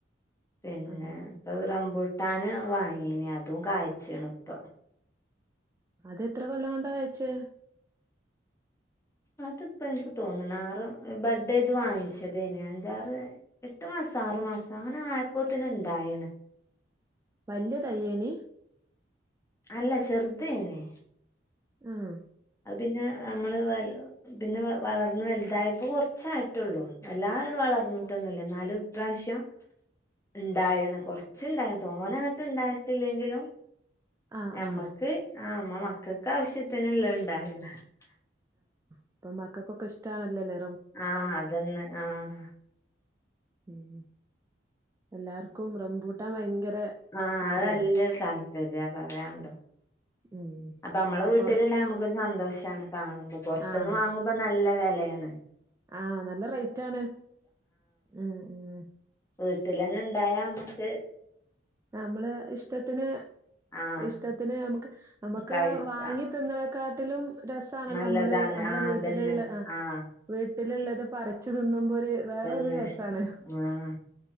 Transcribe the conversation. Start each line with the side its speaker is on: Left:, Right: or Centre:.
Left: പിന്നെ
Right: ആഹ്
Left: ഇവ് റമ്പ് ട്ടാന് വാങ്ങീന അതും കാഴ്ചണ ഇപ്പ.
Right: അതെത്ര വെള്ളം കൊണ്ട അയച്ചേ?
Left: അതിപ്പോ എനിക്ക് തോന്നണ ആറ് ബഡേ ഇത് വാങ്ങിച്ചതേന് അഞ്ചാറ് എട്ടു മാസം ആറു മാസം അങ്ങനെ ആയപ്പോ തന്നെ ഇണ്ടായിണ്.
Right: വല്യ തയ്യേന്
Left: അല്ല ചർതേന്
Right: ആഹ്.
Left: അത് പിന്നെ നമ്മള് വ പിന്നെ വളർന്ന് വലുതായപ്പോ കുറച്ചായിട്ടുള്ളൂ എല്ലാ വളർന്നിട്ടൊന്നുല്ല
Right: ആഹ്
Left: എന്നാലും ഇപ്രശ്യം ഇണ്ടായാണ് കുറച്ചുണ്ടായ തോനങ്ങിട്ട് ഇണ്ടായിട്ടില്ലെങ്കിലും
Right: ആഹ്
Left: ഞമ്മക്ക്
Right: ആഹ്
Left: ആ മ മക്കൊക്കെ ആവശ്യത്തിനല്ലാ ഹ.
Right: അപ്പൊ മക്കൊക്കെ ഇഷ്ടണല്ലല്ലേ.
Left: ആഹ് അതന്നെ ആഹ്. <inaudible>
Right: ഉം എല്ലാർക്കും റംബൂട്ടാ ഭയങ്കര
Left: ആഹ
Right: കാര്യാണ്
Left: അത്ല്ലരു താല്പര്യ പറയാനണ്ടോ.
Right: ഉം
Left: അപ്പൊ നമ്മളെ വീട്ടിലണ്ട
Right: പൊറ
Left: നമുക്കൊരു സന്തോഷം. ചണ കാണുമ്പോ പുറത്തുന്ന്
Right: ആഹ്
Left: വാങ്ങുമ്പോ നല്ല വേലയ ഉം.
Right: ആഹ് നല്ല റേറ്റ് ആണ് ഉം ഉം.
Left: ഉൾട്ടന്ന ഉണ്ടായാ നമ്മുക്ക്
Right: നമ്മള് ഇഷ്ടത്തിന്
Left: ആഹ്
Right: ഇഷ്ടത്തിന് നമുക്ക് നമുക്ക്
Left: കഴിക്ക
Right: വാങ്ങി തിന്നണ കാട്ടിലും രസണല്ലോ
Left: നല്ലതാണ്
Right: നമ്മള് നമ്മടെ
Left: ആഹ്
Right: വീട്ടിലുള്ള
Left: അതന്നെ
Right: ആ
Left: ആഹ്
Right: വീട്ടിലുള്ളത് പറീച്ച് തിന്നുമ്പോ ഒരു വേറരു
Left: തന്നെ
Right: രസാണ്
Left: ആഹ്